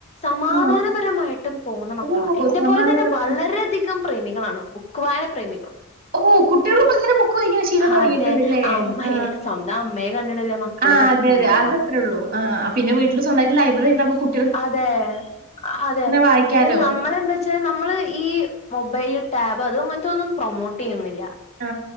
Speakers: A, on the left (about 30°); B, on the right (about 45°).
A: സമാധാനപരമായിട്ടും
B: ആ.
A: പോന്ന മക്കളാ
B: ഓഹ്!
A: എന്റെ
B: സമാധാനം.
A: പോലെ തന്നെ വളരെയധികം പ്രേമികളാണ് ബുക്കുവായന പ്രേമികൾ
B: ഓ കുട്ടികളിപ്പൊത്തന്നെ ബുക്ക്‌ വായ്ക്കണ ശീലം തുടങ്ങിയിട്ടുണ്ടല്ലേ
A: അതെ അമ്മയെ
B: ആ
A: സ്വന്തം അമ്മയെ കണ്ടിട്ടല്ലേ മക്കള്
B: ആ
A: പഠിക്കാന്നുള്ളതാണ്
B: അതെതെ അതെത്രേള്ളൂ ആ പിന്നെ വീട്ടിൽ സ്വന്തവായിട്ട് ലൈബ്രറി ഉണ്ടാവുമ്പോ കു-
A: അതെ അതെ
B: വായിക്കാലോ.
A: പിന്നെ നമ്മളെന്താ വെച്ചാ നമ്മള് ഈ മൊബൈൽ ടാബ് അത് അങ്ങനത്തെ ഒന്നും പ്രമോട്ട് ചെയ്യുന്നില്ല യ്യ
B: ആ.